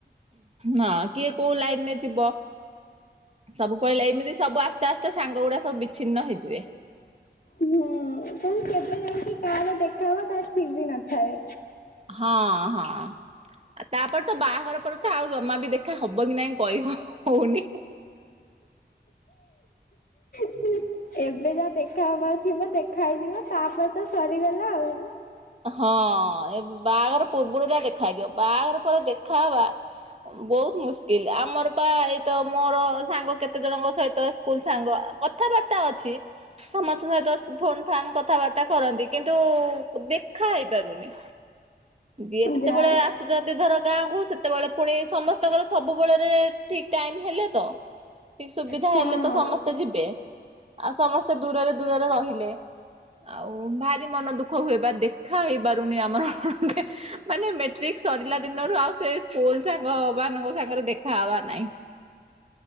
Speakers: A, on the right (about 35°); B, on the left (about 55°).
A: ହଁ କିଏ କୋଉ ଲାଇନ୍ ରେ ଯିବ ସବୁ ପଳେଇଲେ ଏମିତି ସବୁ ଆସ୍ତେ ଆସ୍ତେ ସାଙ୍ଗ ଗୁଡା ସବୁ ବିଚ୍ଛିନ୍ନ ହେଇଯିବେ।
B: ହୁଁ ପୁଣି କେବେ ଯାଇକି କାହାର ଦେଖାହବ ତା ଠିକ୍ ବି ନଥାଏ।
A: ହଁ ହଁ ତାପରେ ତ ବାହାଘର ପରେ ତ ଆଉ ଜମା ବି ଦେଖ ହବ ହବ କି ନାଇଁ କହିବ ହଉନି?
B: <unintelligible> ଏବେ ଯା ଦେଖାହବାର ଥିବ ଦେଖା ହେଇଯିବ ତାପରେ ତ ସରିଗଲା ଆଉ
A: ହଁ ଏବ ବାହାଘର ପୂର୍ବରୁ ଯା ଦେଖା ହେଦିବ ବାହାଘର ପରେ ଦେଖାହବା ବହୁତ ମୁସ୍କିଲ ଆମର ପା ଏଇତ ମୋର ସାଙ୍ଗ କେତେ ଜଣଙ୍କ ସହିତ ସ୍କୁଲ ସାଙ୍ଗ କଥାବାର୍ତ୍ତା ତ ଅଛି ସମସ୍ତଙ୍କ ସହିତ ଫୋନ୍ ଫାନ୍ କଥାବାର୍ତ୍ତା କରନ୍ତି କିନ୍ତୁ ଉ ଖାଇ ପାରୁନି? ଯିଏ ଯେତେବେଳେ
B: ଯା
A: ଆସୁଛନ୍ତି ଧର ଗାଁକୁ ସେତେବେଳେ ପୁଣି ସମସ୍ତଙ୍କର ସବୁବେଳରେ ଠିକ୍ ଟାଇମ ହେଲେ ତ ଠିକ୍ ସୁବିଧା
B: ହଁ
A: ହେଲେ ତ ସମସ୍ତେ ଯିବେ ଆଉ ସମସ୍ତେ ଦୂରରେ ଦୂରରେ ରହିଲେ ଆଉ ଭାରି ମନ ଦୁଃଖ ହୁଏ ବା ଦେ ଖାଇ ପାରୁନି ଆମର ମାନେ ମେଟ୍ରିକ ସରିଲା ଦିନରୁ ଆଉ ସେ ସ୍କୁଲ ସାଙ୍ଗ ମାନଙ୍କ ସାଙ୍ଗରେ ଦେଖା ହବା ନାହିଁ।